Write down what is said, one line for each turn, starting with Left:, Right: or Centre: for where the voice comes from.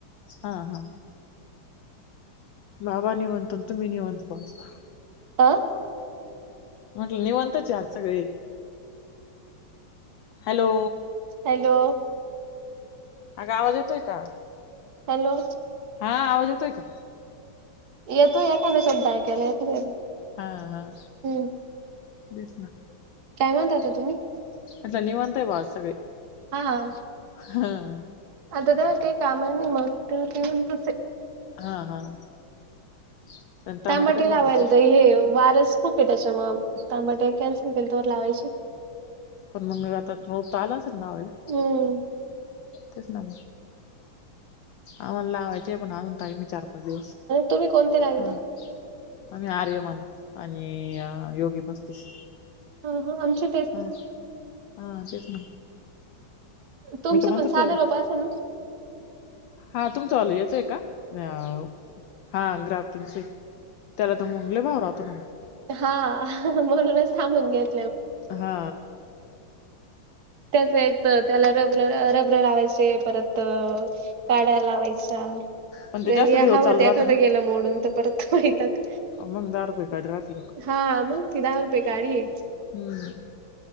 Left: हां हां. बाबा निवांत, अन तुमी निवांत बसा
Right: आं
Left: म्हटलं निवांतच आहे सगळी. हॅलो!
Right: हॅलो!
Left: अगं आवाज येतोय का?
Right: हॅलो!
Left: हां, आवाज येतोय का?
Right: येतोय एखादा शब्द ऐकायला येतोय--हम्म.
Left: हा हा
Right: <unintelligible>
Left: तेच ना.
Right: काय म्हणत होता तुम्ही?
Left: म्हटलं निवांतय बुवा आज सगळी.
Right: हां.
Left: हां.
Right: <unintelligible> आता घरात काही कामं नाही मग
Left: हां हां. <inaudible>
Right: तांबाटे
Left: कधी
Right: लावायला
Left: लावायचे आहेत?
Right: तर हे वारस खूप ये त्याच्यामूळ तांबाटे कॅन्सल केले तोवर लावायचे.
Left: पण मंग आता रोप तर आलं असेल लावायला
Right: हम्म
Left: तेच ना मग. आम्हला लावायचे पण अजून टाइम ये चार पाच दिवस
Right: तुम्ही कोणते लाविता
Left: हा. आम्ही आर्यमान आणि योगी बस्तीस.
Right: <unintelligible> आमची
Left: हा हा तेच ना.
Right: तुमचं
Left: मी तर म्हणतं
Right: पण साधं
Left: याव
Right: रोप असेल ना
Left: हा तुमचं वाल यांचं य का. हाव हा ग्राफटींगच त्याला त मंग लय भाव राहतो ना.
Right: हा म्हणूनच थांबून गेलो.
Left: हा
Right: त्याचसाठी. त त्याला रबर, रबर लावायचे परत काड्या लावायच्या.
Left: पण ते
Right: आणि
Left: जास्त दिवस
Right: हावत
Left: चालू
Right: एखाद
Left: राहत
Right: गेलं
Left: ना
Right: मोडून तर परत वैताग.
Left: मग दहा रुपये काढ राहते एक
Right: हा मंग ति दहा रुपये काडी ये.
Left: हम्म